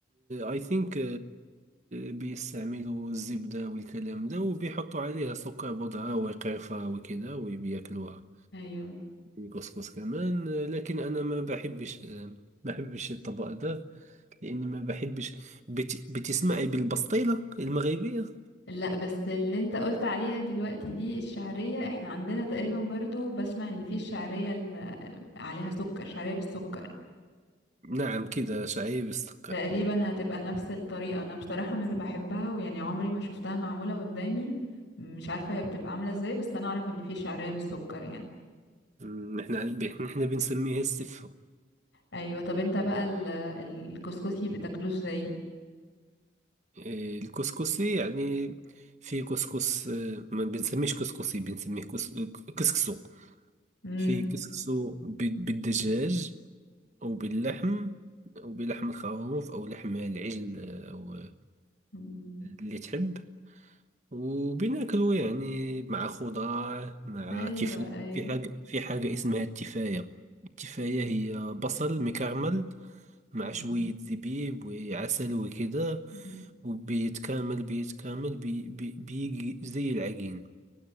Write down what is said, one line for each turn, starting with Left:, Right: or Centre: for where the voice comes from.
Right: اي ثينك بيستعملوا الزبدة والكلام ده وبيحطوا عليها سكر بودرة وقرفة وكده وبياكلوها
Left: ايوه
Right: الكسكس كمان آه، لكن انا ما بحبش آه، ما بحبش الطبق ده لاني ما بحبش بت... بتسمعي بالبسطيله المغربيه
Left: لا بس اللي انت قلت عليها دلوقتي دي الشعريه احنا عندنا تقريبا برضو بسمع ان في الشعريه ال... عليها سكر شعريه بالسكر
Right: نعم كده شعري بالسكر
Left: تقريبا هتبقى نفس الطريقة انا بصراحة مش بحبها ويعني عمري ما شفتها معمولة قدامي مش عارفة هي بتبقى عاملة ازاي بس انا اعرف ان في شعرية بالسكر يعني
Right: مم، احنا بن- احنا بنسميه السفه
Left: ايوه طب انت بقى ال- الكسكسي بتاكلوش زي
Right: إيه، الكسكسي يعني في كسكس آه، ما بنسميش كسكسي بنسميه كس- كسكسو
Left: امم
Right: في كسكسو ب- بالدجاج او باللحم او بلحم الخروف او لحم العجل آه، او آه،
Left: أمم.
Right: اللي تحب وبناكله يعني مع خضار مع
Left: ايوه
Right: تفاية
Left: ايوه
Right: في حاجة في حاجة اسمها التفاية التفاية هي بصل مكرمل مع
Left: أمم.
Right: شوية زبيب وعسل وكده
Left: أمم.
Right: وبيتكامل بيتكامل بي بي بيجي زي العجين